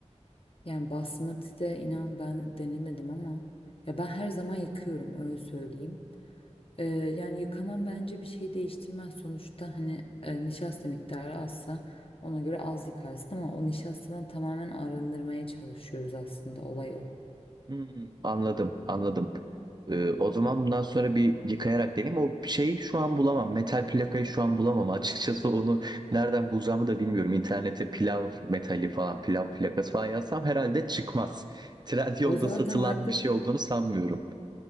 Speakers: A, on the left (about 50°); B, on the right (about 35°).
A: Yani basmati de inan ben denemedim ama ya ben her zaman yıkıyorum öyle söyleyeyim. E, yani yıkamam bence bir şey değiştirmez. Sonuçta hani e, nişasta miktarı azsa ona göre az yıkarsın ama o nişastadan tamamen arındırmaya çalışıyoruz aslında olay o.
B: Hmm, anladım, anladım. Ee, o zaman bundan sonra bir yıkayarak deneyeyim. O şeyi şu an bulamam. Metal plakayı şu an bulamam. <laughs> Açıkçası onu nereden bulacağımı da bilmiyorum. İnternete pilav metali falan, pilav plakası falan yazsam herhalde çıkmaz. Trendyol'da
A: O zaten
B: satılan
A: artık
B: bir şey olduğunu sanmıyorum.